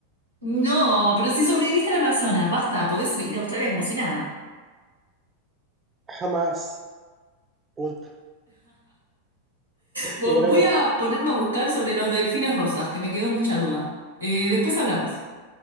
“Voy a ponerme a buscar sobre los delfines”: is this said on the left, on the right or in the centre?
Right